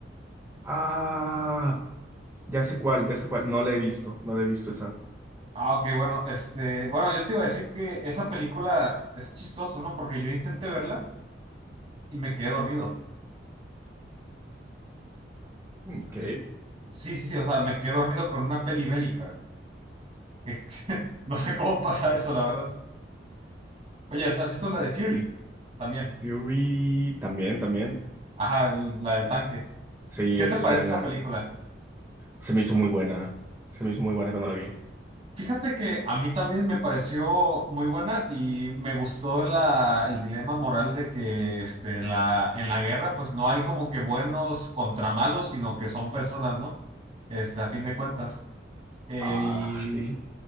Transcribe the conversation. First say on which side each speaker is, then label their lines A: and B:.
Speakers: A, on the right; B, on the right.
A: Ah, ya sé cuál, ya sé cuál. No la he visto, no la he visto esa.
B: Ah, ok, bueno, este, bueno, yo te iba a decir que esa película es chistoso, ¿no? Porque yo intenté verla y me quedé dormido.
A: Ok.
B: Es- sí, sí, sí, o sea, me quedé dormido con una peli bélica. Que- <laughs> no sé cómo pasa eso, la verdad. Oye, ¿has visto la de Fury? También.
A: Fury también, también.
B: Ajá, el- la del tanque.
A: Sí,
B: ¿Qué
A: eso
B: te parece
A: es buena.
B: esa película?
A: Se me hizo muy buena. Se me hizo muy buena cuando la vi.
B: Fíjate que a mí también me pareció muy buena y me gustó la, el dilema moral de que este, en la, en la guerra pues no hay como que buenos contra malos, sino que son personas, ¿no? Este, a fin de cuentas. Eh,
A: Ah,
B: y
A: <laughs> sí.